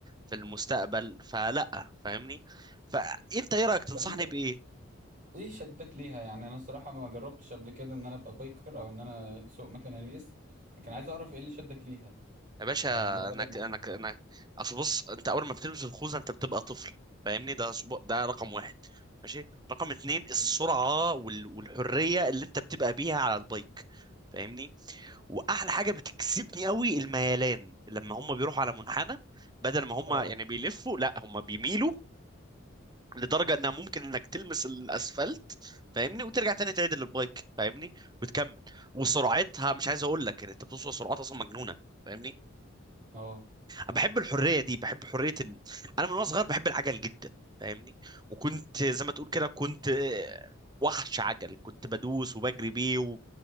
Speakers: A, on the right (about 20°); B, on the right (about 35°).
A: في المستقبل فلا فاهمني فانت ايه رايك تنصحني
B: طب انت
A: بايه
B: ايه شدك ليها يعني انا الصراحه ما جربتش قبل كده ان انا ابقى بايكر او ان انا اسوق مكنه ريس لكن عايز اعرف ايه اللي شدك ليها
A: يا باشا
B: او الموضوع بدأ
A: انك
B: معاك
A: انك
B: ازاي
A: انك اصل بص انت اول ما بتلبس الخوذه انت بتبقى طفل فاهمني ده أسبوع- ده رقم واحد ماشي رقم اتنين السرعه
B: ماشي
A: وال- والحريه اللي انت بتبقى بيها على البايك فاهمني واحلى حاجه بتجذبني قوي الميلان لما هم بيروحوا على منحنى بدل ما هم
B: اه
A: يعني بيلفوا لا هم بيميلوا لدرجه انها ممكن انك تلمس الاسفلت فاهمني وترجع تاني تعدل البايك فاهمني وتكمل وسرعتها مش عايز اقول لك يعني انت بتوصل سرعات اصلا مجنونه فاهمني
B: اه
A: أنا بحب الحريه دي بحب حريه ال... انا من وانا صغير بحب العجل جدا فاهمني وكنت زي ما تقول كده كنت آه، وحش عجل كنت بدوس وبجري بيه